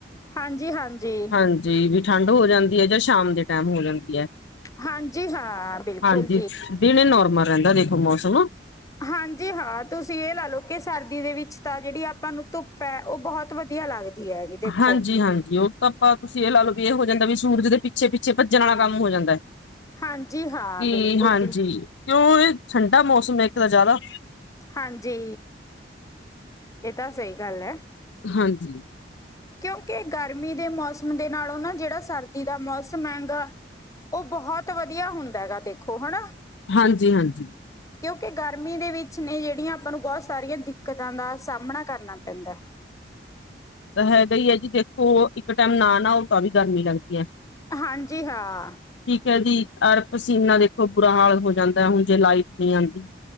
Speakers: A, on the left; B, on the left.
A: ਹਾਂਜੀ ਹਾਂਜੀ
B: ਹਾਂਜੀ ਠੰਡ ਹੋ ਜਾਂਦੀ ਹੈ ਜਾਂ ਸ਼ਾਮ ਦੇ ਟਾਈਮ ਹੋ ਜਾਂਦੀ ਏ।
A: ਹਾਂਜੀ ਹਾਂ ਬਿਲਕੁਲ
B: ਹਾਂਜੀ
A: ਜੀ।
B: ਦਿਨ ਨੋਰਮਲ ਰਹਿੰਦਾ ਦੇਖੋ ਮੌਸਮ।
A: ਹਾਂਜੀ ਹਾਂ ਤੁਸੀਂ ਇਹ ਲਾ ਲਓ ਕਿ ਸਰਦੀ ਦੇ ਵਿੱਚ ਤਾਂ ਜਿਹੜੀ ਆਪਾਂ ਨੂੰ ਧੁੱਪ ਹੈ ਉਹ ਬਹੁਤ ਵਧੀਆ ਲੱਗਦੀ। ਹੈ ਜੀ ਦੇਖੋ
B: ਹਾਂਜੀ-ਹਾਂਜੀ ਉਹ ਤਾਂ ਆਪਾਂ ਤੁਸੀਂ ਇਹ ਲਾ ਲਓ ਵੀ ਇਹ ਹੋ ਜਾਂਦਾ ਵੀ ਸੂਰਜ ਦੇ ਪਿੱਛੇ-ਪਿੱਛੇ ਭੱਜਣ ਵਾਲਾ ਕੰਮ ਹੋ ਜਾਂਦਾ। ਕੀ
A: ਹਾਂਜੀ ਹਾਂ ਬਿਲਕੁਲ
B: ਹਾਂਜੀ
A: ਜੀ
B: ਕਿਉਂ ਇਹ ਠੰਡਾ ਮੌਸਮ ਹੈ ਇੱਕ ਤਾਂ ਜ਼ਿਆਦਾ
A: ਹਾਂਜੀ ਇਹ ਤਾਂ ਸਹੀ ਗੱਲ ਐ।
B: ਹਾਂਜੀ
A: ਕਿਉਂਕਿ ਗਰਮੀ ਦੇ ਮੌਸਮ ਦੇ ਨਾਲੋਂ ਨਾ ਜਿਹੜਾ ਸਰਦੀ ਦਾ ਮੌਸਮ ਹੈਗਾ ਉਹ ਬਹੁਤ ਵਧੀਆ ਹੁੰਦਾ ਗਾ ਦੇਖੋ ਹਨਾ।
B: ਹਾਂਜੀ-ਹਾਂਜੀ
A: ਕਿਉਂਕਿ ਗਰਮੀ ਦੇ ਵਿੱਚ ਨੇ ਜਿਹੜੀਆਂ ਆਪਾਂ ਨੂੰ ਬਹੁਤ ਸਾਰੀਆਂ ਦਿੱਕਤਾਂ ਦਾ ਸਾਹਮਣਾ ਕਰਨਾ ਪੈਂਦਾ।
B: ਤਾਂ ਹੈਗਾ ਹੀ ਹੈ ਜੀ ਦੇਖੋ ਇੱਕ ਟਾਈਮ ਨਾ ਨਾਓ ਤਾਂ ਵੀ ਗਰਮੀ ਲੱਗਦੀ ਏ।
A: ਹਾਂਜੀ ਹਾਂ
B: ਠੀਕ ਹੈ ਜੀ <unintelligible> ਪਸੀਨਾ ਦੇਖੋ ਬੁਰਾ ਹਾਲ ਹੋ ਜਾਂਦਾ ਹੁਣ ਜੇ ਲਾਈਟ ਨਹੀਂ ਆਂਦੀ।